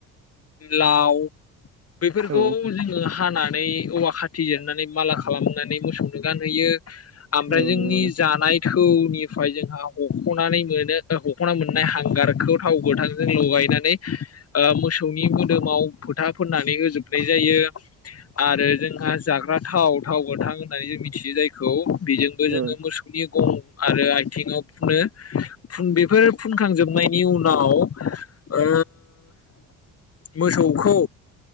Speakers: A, on the left; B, on the right.
A: लाव। बेफोरखौ
B: औ
A: जोङो हाना। नै औवा खाथि जिरनानै माला खालामनानै मोसौ। गानहैयो आमफ्राय
B: औ
A: जोंनि
B: नंगौ नोंथां
A: जानाय थौनि। फाय जोंहा हख'नानै मोनो ओ हख'ना मोननाय हांगारखौ थाव गोथांजों लगायनानै ओ मोसौ। थ थौनि मोदोमाव फोथा फोननानै होजोबनाय जायो आरो जोंहा जाग्रा थाव थाव गोथां होननानै जों मिथियो जायखौ। बेजोंबो
B: औ
A: जोङो मोसौनि गं। आरो आथिङाव फुनो फुन बेफोर फुनखांजोबनायनि उनाव ओ मोसौखौ